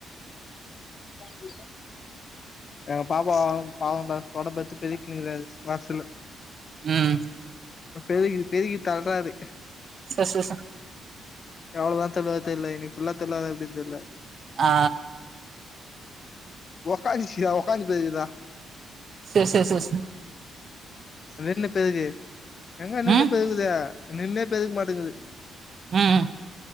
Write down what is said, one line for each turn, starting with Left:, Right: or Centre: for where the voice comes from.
Left: <inaudible> ஆ பாப்பாவு பாவோ தா தொடப்ப எத்து பெரிக்கினுருக்குது அது வாசுல
Right: ம்
Left: ப்ப பெருகிட்டு பெருக்கி தள்ராரு
Right: ச ச ச
Left: எவ்ளதா தெர்ல தெர்ல இன்னைகி ஃபுல்லா தெர்லாலா எப்டின் தெர்ல
Right: ஆ
Left: ஒக்காந்துச்சா ஒக்காந்து பெருக்குதா
Right: சேர் சேர் சேர் சே
Left: ஒன்னு தேதி எங்க நின்னு
Right: ம்
Left: பெய்யுது நின்னே பெருக்க மாட்டுங்குது
Right: அ ஆ